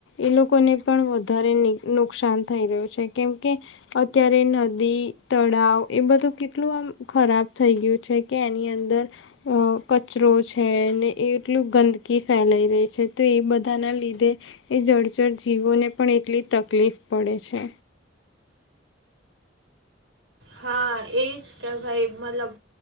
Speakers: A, on the left; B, on the right.
A: એ લોકોને પણ વધારે ની નુકસાન થઈ રહ્યું છે કેમ કે અત્યારે નદી તળાવ એ બધું કેટ એટલું આમ ખરાબ થઈ ગયું છે કે એની અંદર અ કચરો છે ને એ એટલું ગંદકી ફેલાઈ રહી છે તો એ બધાના લીધે એ જળચર જીવોને પણ એટલી જ તકલીફ પડે છે.
B: હા એ જ કે ભાઈ મતલબ